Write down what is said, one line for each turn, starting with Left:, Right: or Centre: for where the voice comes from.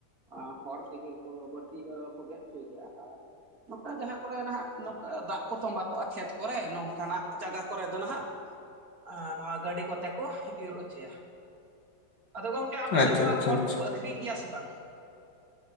Right: ᱟ ᱦᱚᱲ ᱛᱮᱜᱮ ᱠᱚ ᱵᱟᱹᱲᱛᱤ ᱫᱚ ᱠᱚ ᱜᱮᱫ ᱦᱚᱪᱚᱭ ᱜᱮᱭᱟ ᱟᱨ ᱱᱚᱝᱠᱟ ᱡᱟᱦᱟᱸ ᱠᱚᱨᱮ ᱱᱟᱦᱟᱜ ᱱᱚᱝᱠᱟ ᱫᱟᱜ ᱠᱚ ᱛᱚᱸᱵᱟ ᱠᱚᱜᱼᱟ ᱠᱷᱮᱛ ᱠᱚᱨᱮ ᱱᱚᱝᱠᱟᱱᱟᱜ ᱡᱟᱭᱜᱟ ᱠᱚᱨᱮ ᱫᱚ ᱱᱟᱦᱟᱜ ᱟ ᱱᱚᱣᱟ ᱜᱟᱹᱰᱤ ᱠᱚᱛᱮ ᱠᱚ ᱤᱨ ᱚᱪᱚᱭᱟ, ᱟᱫᱚ ᱜᱚᱝ ᱠᱮ ᱟᱯᱮ
Left: ᱟᱪᱪᱷᱟ
Right: ᱥᱮᱫ ᱱᱚᱣᱟ
Left: ᱟᱪᱪᱷᱟ
Right: ᱠᱷᱚᱲ
Left: ᱟᱪᱪᱷᱟ
Right: ᱠᱚᱠᱚ ᱟᱹᱠᱷᱨᱤᱧ ᱜᱮᱭᱟ ᱥᱮ ᱵᱟᱝ?